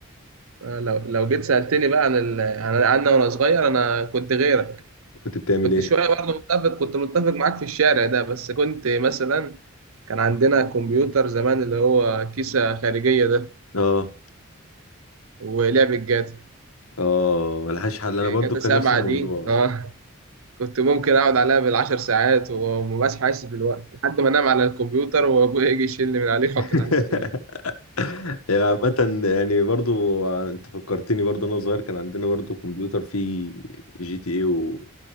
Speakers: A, on the right (about 75°); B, on the left (about 80°).
A: آه، لو لو جيت سألتني بقى عن ال... عن انا وانا صغير انا كنت غيرك
B: كنت بتعمل
A: كنت
B: ايه
A: شوية برضه متفق كنت متفق معاك في الشارع ده بس كنت مثلا كان عندنا كمبيوتر زمان اللي هو كيسة خارجية ده
B: <laughs> اه
A: ولعبة جاتا
B: اه ملهاش حل انا برضه
A: جاتا
B: كان
A: سبعة
B: نفس الموضوع
A: دي اه كنت ممكن اقعد عليها بالعشر ساعات ومبقاش حاسس بالوقت لحد ما انام على الكمبيوتر وابويا يجي يشيلني من عليه يحطني
B: <laughs>
A: على السرير
B: <laughs> يعني عامة يعني برضو انت فكرتني برضو انا صغير كان عندنا برضو كمبيوتر فيه جي تي اي و